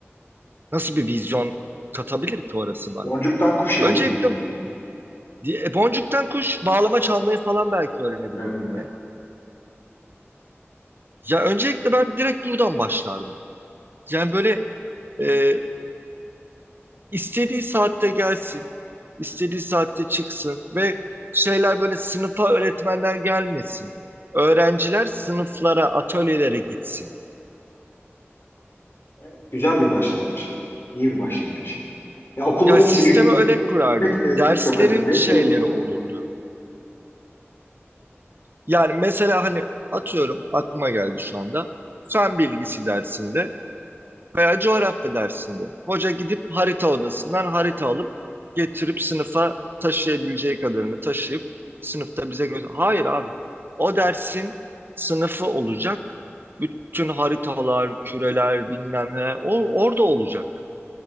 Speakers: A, on the right (about 50°); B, on the left (about 55°).
A: Nasıl bir vizyon katabilir ki orası bana?
B: Boncuktan kuş yapabilirdin
A: Öncelikle
B: abi.
A: bu- e, boncuktan kuş bağlama çalmayı falan belki öğrenebilirdim
B: Evet.
A: yani. Ya öncelikle ben direkt buradan başlardım. Yani böyle e, istediği saatte gelsin. istediği saatte çıksın ve şeyler böyle sınıfa öğretmenler gelmesin. Öğrenciler sınıflara, atölyelere gitsin.
B: Evet, güzel bir başlangıç. İyi bir başlangıç. Ya okulları
A: Yani sistemi
B: siliyor-
A: öyle kurardım.
B: silmek de
A: Derslerin
B: çok önemli.
A: şeyleri
B: Bu da çok
A: olurdu.
B: önemli.
A: Yani mesela hani atıyorum aklıma geldi şu anda. Fen bilgisi dersinde Veya coğrafya dersinde. Hoca gidip harita odasından harita alıp getirip sınıfa taşıyabileceği kadarını taşıyıp sınıfta bize göster. Hayır abi. O dersin sınıfı olacak. Bütün haritalar, küreler bilmem ne o, orada olacak.